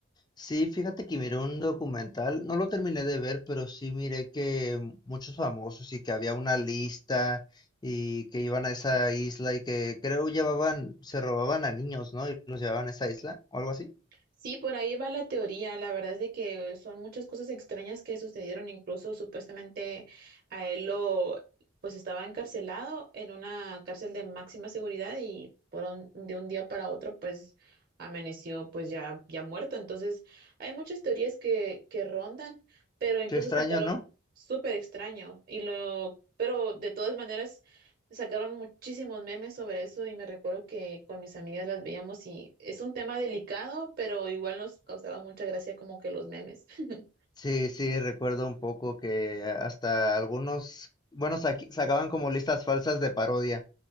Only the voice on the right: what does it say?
Sí, por ahí va la teoría. La verdad es de que son muchas cosas extrañas que sucedieron. Incluso supuestamente a él lo, pues estaba encarcelado en una cárcel de máxima seguridad y por un- de un día para otro, pues amaneció, pues ya, ya muerto. Entonces, hay muchas teorías que, que rondan, pero incluso
sacaron
súper extraño y lo, pero de todas maneras. Sacaron muchísimos memes sobre eso y me recuerdo que con mis amigas las veíamos y es un tema delicado, pero igual nos causaba mucha gracia como que los memes. <laughs>